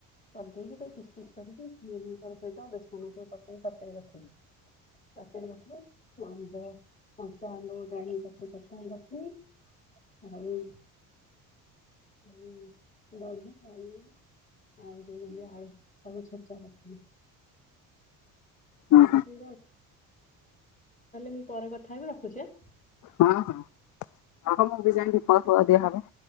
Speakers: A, on the left (about 20°); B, on the left (about 50°).
A: କରିଦେଇକି ତାକୁ ପିସ୍ ପିସ୍ କରିକି ମିଲ୍ ମିକର୍ ସହିତ, ବେସନ ପକେଇକି ତରକାରି କରିଥିଲି। <unintelligible> ଆମ୍ବ କଞ୍ଚା ଆମ୍ବ ଗୋଟେ ଆଣି ଚଟୁଆଣି କରିଥିଲି, ଆଉ ଆଉ ଦହି ବାଇଗଣ ଆଉ ଯୋଉ ଆଳୁ <unintelligible> <unintelligible>
B: ହଁ
A: ତାହେଲେ ଆମେ ପରେ କଥା ହବା, ରଖୁଛି ଆଁ।
B: ହଁ -ହଁ ଆଉ ମୁଁ ବି ଜାଣିଲି କୋଉ ଫଳ ଦିଆ ହବ।